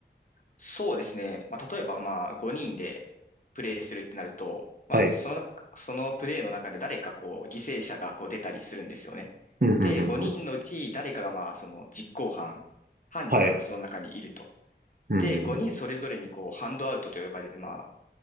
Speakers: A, on the left; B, on the right.
A: そうですね。まあ、例えば、まあ、5人でプレイするってなると、まあ、
B: はい。
A: そのそのプレイの中で誰かこう、犠牲者がこう出たりするんですよね。
B: うん、うん、
A: で、
B: うん、
A: 5人のうち誰かがまあ、
B: うん。
A: その実行犯、犯人がその中にいると。
B: はい。うん、
A: で、
B: うん、
A: 5人それぞれにこう、
B: うん。
A: ハンドアウトと呼ばれる、まあ、